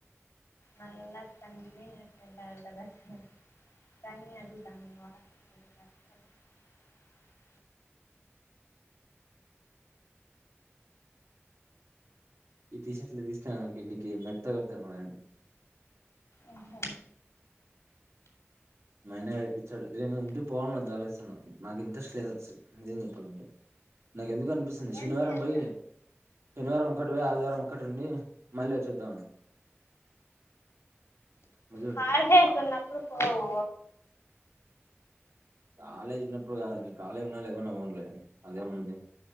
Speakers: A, on the left; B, on the right.
A: నళ్ళ తంగిపోయినట్టు ఉంటారు కదా <unintelligible>
B: ఈ టీ షర్ట్లు తీసుక రావడనికి ఇంటికి మెత్తగా కొడతారు మ నయాన
A: ఓహో
B: మాన్నయ్య ఏడుచ్చడు. నేను ఇంటికి పోవాల్ల వద్ద అని ఆలోచిస్తున్న నాకు ఇంట్రెస్ట్ లేదు. అసలు నిజం చెప్పాలంటే నాకు ఎందుకు అనిపిస్తు శనివారం
A: ఏం చేయదు
B: పోయి శనివారం ఒకటి పోయి ఆదివారం ఇక్కడ ఉండి మళ్ళీ వచ్చేద్దామని మొదలు పెడతారా
A: కాల్ చేస్తున్నప్పుడు పోవు
B: కాలేజ్ ఉన్నప్పుడు కాదు. నేన్ కాలేజ్ ఉన్నా లేకున్నా పోనూలే అదే ముంది